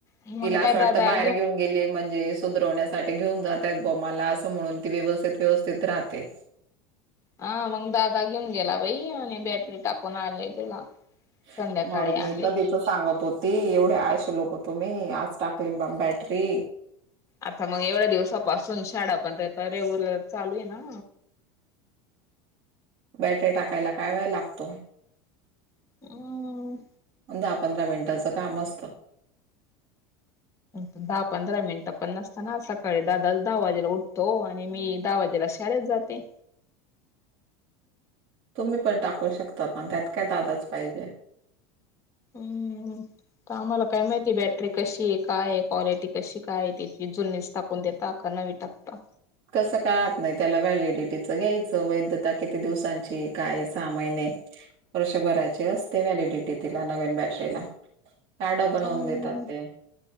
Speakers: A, on the left (about 25°); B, on the right (about 55°).
A: मग
B: तिला असं
A: काय
B: वाटतं,
A: दादा
B: बाहेर घेऊन गेली म्हणजे सुधरवण्यासाठी घेऊन जात <inaudible> मला असं म्हणून, ती व्यवस्थित-व्यवस्थित राहते.
A: हा, मग दादा घेऊन गेला बाई आणि बॅटरी टाकून आणली त्याला.
B: <inaudible> असं
A: संध्याकाळी आणली
B: सांगत होती, एवढे आळशी लोक तुम्ही, आज टाकली बा बॅटरी.
A: आता मग एवढ्या दिवसापासून, शाळा पण त्याची रेग्युलर चालू आहे ना?
B: बॅटरी टाकायला काय वेळ लागतो?
A: उम्म्म.
B: दहा-पंधरा मिनिटाचं काम असतं.
A: दहा-पंधरा मिनिटं पण नसतात ना सकाळी, दादा दहा वाजेला उठतो आणि मी दहा वाजेला शाळेत जाते.
B: तुम्ही पण टाकू शकतात ना? त्यात काय दादाच पाहिजे.
A: हम्म. आता आम्हाला काय माहिती, बॅटरी कशी आहे? काय आहे? क्वालिटी कशी काय आहे त्याची? जुनीच टाकून देत <inaudible> नवी टाकतात.
B: कसं कळत नाही त्याला? व्हॅलिडिटीचं घ्यायचं, वैधता किती दिवसांची, काय, सहा महिने वर्ष भराची असते व्हॅलिडिटी तिला, नवीन बॅटरीला. कार्ड बनवून
A: हम्म
B: देतात ते.